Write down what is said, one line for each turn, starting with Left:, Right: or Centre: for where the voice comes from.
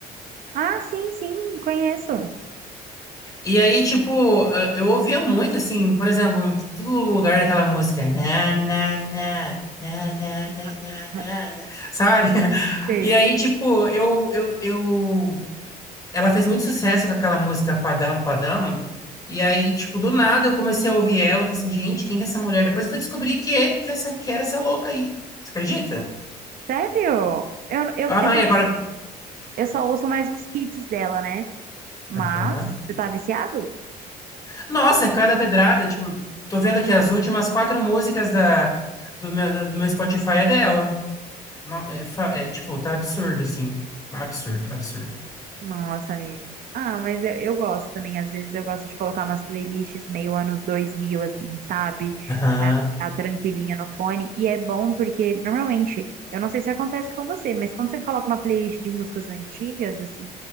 Right: Ah, sim, sim, conheço.
Left: E aí, tipo, eh, eu ouvia muito, assim, por exemplo, em todo lugar aquela música, na, na, na, na, na,
Right: <laughs>
Left: na, na, na, na", sabe? <laughs>
Right: Sei.
Left: E aí, tipo, eu, eu, eu, ela fez muito sucesso com aquela música Padam Padam, e aí, tipo, do nada eu comecei a ouvir ela, eu falei assim, gente, quem que é essa mulher? Depois eu fui descobrir que é, que é essa, que era essa louca aí. Você acredita?
Right: Sério? Eu, eu,
Left: Aham,
Right: é que assim,
Left: e agora...
Right: eu só ouço mais os hits dela, né? Mas,
Left: Aham.
Right: você tá viciado?
Left: Nossa, é cada pedrada. Tipo, tô vendo aqui as últimas quatro músicas da, do meu, da- do meu Spotify é dela. Não, é, fa- é, tipo, tá absurdo, assim. Absurdo, absurdo.
Right: Nossa, amigo. Ah, mas eu, eu gosto também. Às vezes eu gosto de colocar umas playlists meio anos 2000 assim, sabe?
Left: Aham.
Right: Pra ficar tranquilinha no fone. E é bom porque, normalmente, eu não sei se acontece com você, mas quando você coloca uma playlist de músicas antigas, assim,